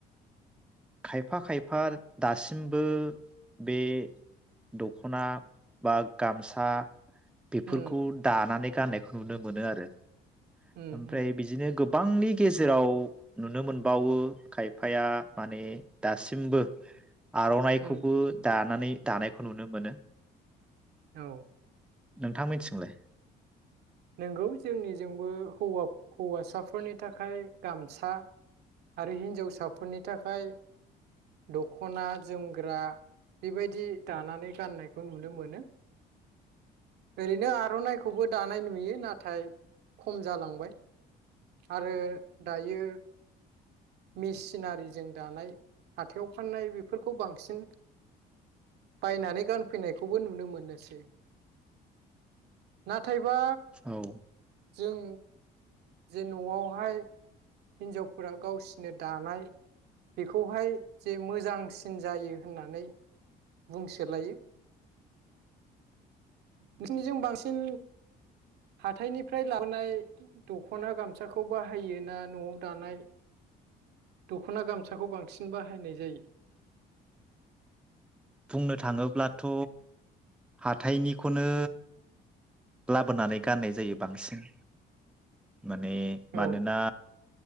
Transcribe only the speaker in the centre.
खायफा खायफा दासिमबो बे दख'ना बा गामसा बेफोरखौ
दानानै गाननायखौ नुनो मोनो आरो
ओमफ्राय
बिजिनो गोब बांनि गेजेराव नुनो मोनबावो खायफाया माने दासिमबो आर'नाइखौबो
दान नानै दानायखौ नुनो मोनो।
नोंथां मिथिंलाय?
औ।
बुंनो थाङोब्लाथ' हाथाइनिखौनो लाबोनानै गाननाय जायो बांसिन। माने मानोना